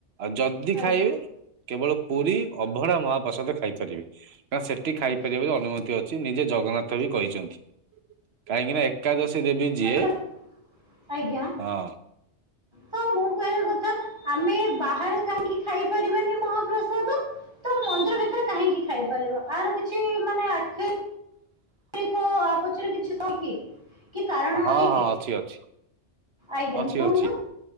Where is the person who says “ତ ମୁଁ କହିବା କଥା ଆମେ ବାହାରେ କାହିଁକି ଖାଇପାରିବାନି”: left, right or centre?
Right